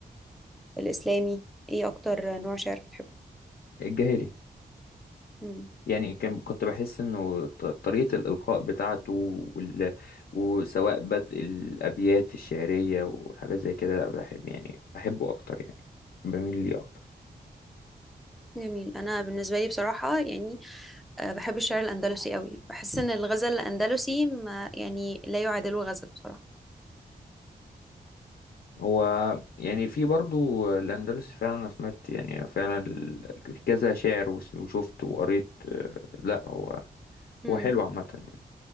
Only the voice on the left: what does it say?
الجاهلي
يعني كان كنت بحس إنه ط- طريقة الإلقاء بتاعته وال... وسواء بدء الأبيات الشعرية وحاجات زي كده لا بحب يعني بحبه أكتر يعني بميل ليه أكتر
هو يعني في برضو الأندلس فعلا أنا سمعت يعني فعلا ال- كذا شاعر وس- وشفت وقريت آه، لا هو
هو حلو عامة يعني